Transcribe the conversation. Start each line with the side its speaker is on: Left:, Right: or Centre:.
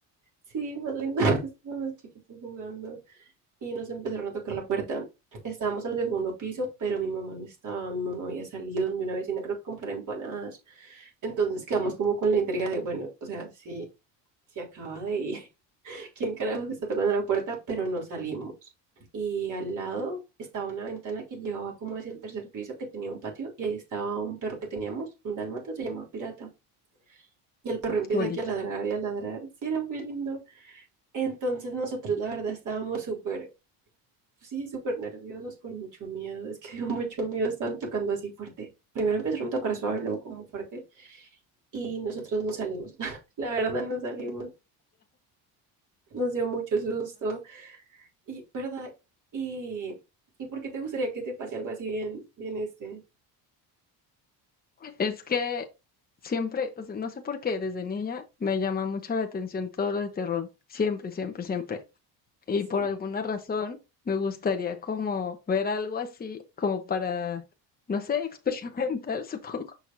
Right: Sí, más lindo, <laughs> estábamos chiquitos jugando y nos empezaron a tocar la puerta. Estábamos en el segundo piso, pero mi mamá no estaba. Mi mamá había salido de una vecina, creo que comprar empanadas. Entonces quedamos como con la intriga de, bueno, o sea, si, si acaba de ir quién carajos está tocando la puerta, pero no salimos. Y al lado estaba una ventana que llevaba como hacia el tercer piso, que tenía un patio, y ahí estaba un perro que teníamos, un dálmata, se llamaba Pirata. Y el perro empieza
Left: qué bonito.
Right: aquí a ladrar y a ladrar. Sí, era muy lindo. Entonces nosotros, la verdad, estábamos súper, pues sí, súper nerviosos, con mucho miedo. Es que <laughs> dio mucho miedo, estaban tocando así fuerte. Primero empezaron a tocar suave, luego como fuerte, y nosotros no salimos. <laughs> la verdad, no salimos. Nos dio mucho susto Y, ¿verdad? ¿Y, ¿y por qué te gustaría que te pase algo así bien, bien este?
Left: Es que siempre, o sea, no sé por qué, desde niña me llama mucho la atención todo lo de terror. Siempre, siempre, siempre. Y
Right: Sí.
Left: por alguna razón me gustaría como ver algo así, como para, no sé, <laughs> experimentar, supongo.